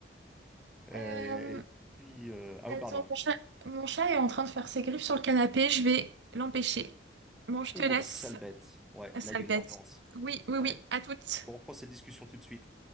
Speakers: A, in the centre; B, on the right (about 75°).
A: Euh,
B: Euh,
A: et puis, euh, ah
B: attends,
A: oui, pardon.
B: mon chat, mon chat est en train de faire ses griffes sur le canapé. Je vais l'empêcher. Bon, je te
A: Ouh,
B: laisse,
A: la sale bête. Ouais,
B: sale
A: là, il y a
B: bête.
A: une urgence.
B: Oui, oui, oui,
A: Ouais.
B: à toutes.
A: Bon, on reprend cette discussion tout de suite.